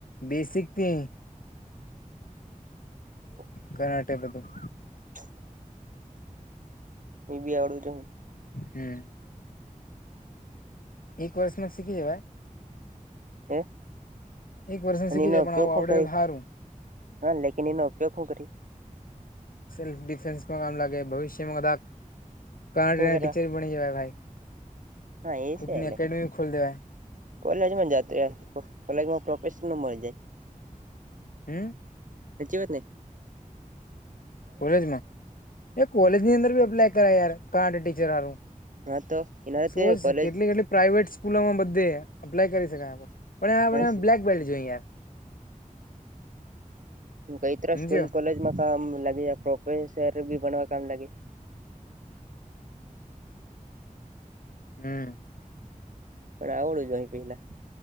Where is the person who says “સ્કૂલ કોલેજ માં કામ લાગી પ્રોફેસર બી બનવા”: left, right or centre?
Right